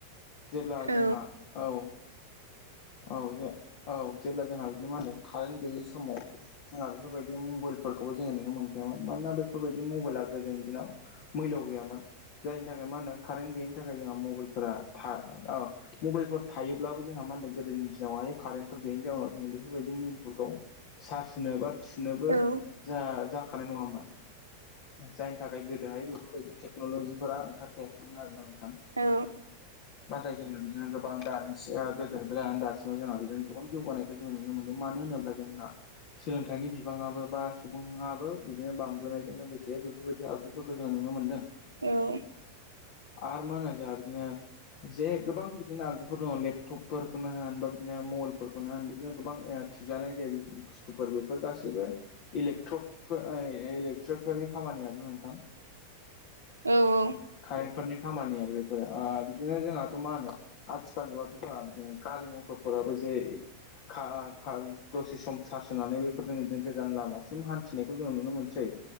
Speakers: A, on the left; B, on the right.
A: जेब्ला
B: औ
A: जोंहा औ औ ज औ जेब्ला जोंहा बिदिनो मा होनदों कारेन्ट गैयि समाव जोंहा बेफोरबायदि मबाइलफोरखौबो जोङो नुनो मोनखायामोन मानोना बेफोरबायदि मबाइला गोदोनि दिनाव मैल' गैयामोन जायनि थाखाय मा होनो कारेन्ट गैयिनि थाखाय जोंहा मबाइलफोरा था मबेइलफोर थायोब्लाबो जोंहा मा होनदों गोदोनि दिनावहाय कारेन्टफोर गैयैनि जाउनाव जों बेफोरबायदि मुभिफोरखौ चार्ज होनो बा थिनोबो
B: औ
A: जा जाखानाय नङामोन। जायनि थाखाय गोदोहाय बेफोरबायदि टेक्न'लजिफोरा ओंखारथाखैमोन आर ना नोंथां।
B: औ।
A: नाथाय जोङो बिदिनो गोबां दानि सि ओ <unintelligible> दासिमाव जोंहा बिजोंनो गोबां जौगानायखौ जोंङो नुनो मोनदों मानो होनोब्ला जोंहा सोलोंथाइनि बिबाङाबो बा सुबुङाबो बिदिनो बांबोनायजों लोगोसे बेफोरबायदि आगजुफोर <unintelligible> जोङो नुनो मोन्दों।
B: औ
A: आरो मा होनो जोंहा बिदिनो जे गोबां बिदिनो आगजुफोर दङ लेपटप फोरखौनो होन बा बिदिनो मबाइल बुस्थुफोर बेफोर गासैबो इलेक्ट्र <unintelligible> इलेक्ट्र फोरनि खामानि आरो नोंथां‌
B: औ औ
A: कारेन्टफोरनि खामानि आरो बेफोरो ओ बिदिनो जोंहाथ' मा होनो आथिखाल जुगावथ' जाहा गारि मथरफोराबो जे खा <unintelligible> दसे सम सार्स होनानै बेफोरजों गोजान लामासिम हान्थिनायखौ जोङो नुनो मोनसै